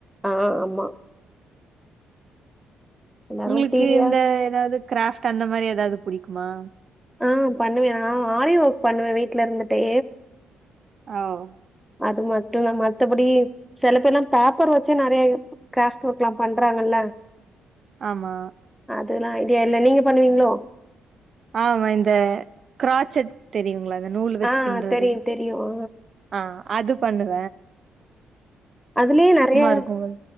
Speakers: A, in the centre; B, on the right.
A: ஆ ஆமா எல்லாரு
B: உங்களுக்கு
A: டிவியா
B: இந்த எதாது க்ராஃப்ட் அந்த மாரி எதாது புடிக்குமா
A: ஆ பண்ணுவேன் நா. ஆரிஒர்க் பண்ணுவ வீட்ல இருந்துட்டே
B: ஆவோ
A: அது மட்டந்தா மத்த படி சில பேரெல்லா பேப்பர் வச்சே நெறயா கிராப்ட் ஒர்க் எல்லா பண்றாங்கல்ல
B: ஆமா
A: அதேல்லா ஐடியா இல்ல நீங்க பண்ணுவீங்களோ
B: ஆமா இந்த கிராச்சட் தெரியுங்களா நூல் வச்சு
A: ஆ
B: பின்றது
A: தெரியு தெரியு ஊ
B: ஆ அது பண்ணுவ
A: அதுலயே நெறயா
B: இருக்கும்போது